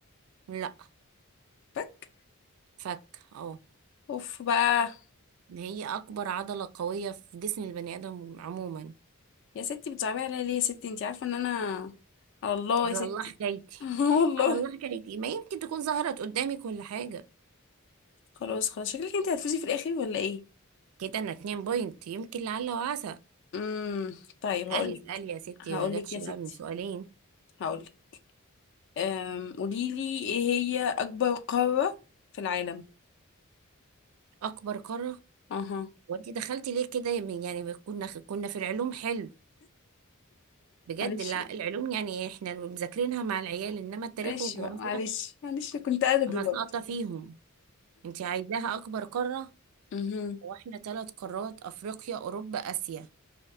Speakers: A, on the right; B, on the left.
A: لا
B: بك
A: فك اه
B: اوف بقى
A: ده هي اكبر عضله قويه في جسم البني ادم عموما
B: يا ستي بتصعبي عليا ليه يا ستي انت عارفة ان انا على الله
A: على
B: يا ستي
A: الله حكايتي
B: <laughs> والله
A: على الله حكايتي ما يمكن تكون ظهرت قدامك ولا حاجه
B: خلاص خلاص شكلك انت هتفوزي في الاخر ولا ايه
A: كده انا اتنين بوينت يمكن لعل وعسى
B: امم طيب
A: اسالي
B: هقولك
A: اسالي يا ستي
B: هقولك
A: ما جاتش
B: يا
A: بقى
B: ستي
A: من سؤالين
B: هقولك أم... قوليلي ايه هي اكبر قارة في العالم
A: اكبر قاره
B: اها
A: وانت دخلتي ليه كده من- يعني كنا كنا في العلوم حلو بجد
B: معلش
A: لا العلوم يعني احنا اللي مذاكرينها مع العيال انما التاريخ
B: معلش
A: والجغرافيا
B: بقى معلش معلش أنا كنت ادبي
A: انا
B: برضه
A: ساقطه فيهم انت عايزاها اكبر قاره
B: اها
A: واحنا ثلاث قارات افريقيا اوروبا اسيا